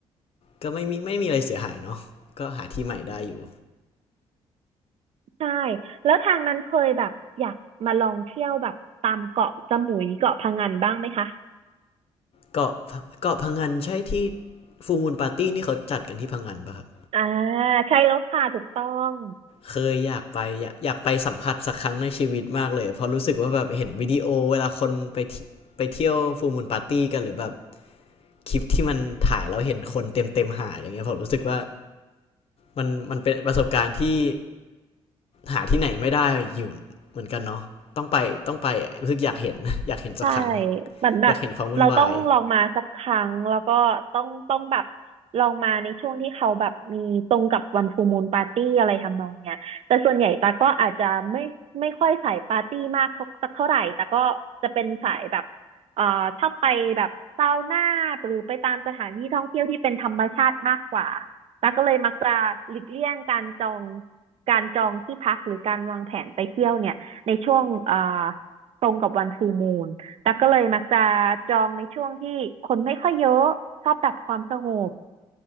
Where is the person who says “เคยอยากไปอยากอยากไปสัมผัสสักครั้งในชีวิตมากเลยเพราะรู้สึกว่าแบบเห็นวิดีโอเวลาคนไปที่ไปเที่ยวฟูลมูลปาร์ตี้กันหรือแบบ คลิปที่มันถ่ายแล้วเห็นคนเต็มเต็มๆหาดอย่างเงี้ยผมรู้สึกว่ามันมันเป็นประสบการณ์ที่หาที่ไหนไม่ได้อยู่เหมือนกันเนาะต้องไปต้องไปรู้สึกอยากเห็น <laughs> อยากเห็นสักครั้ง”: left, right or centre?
Left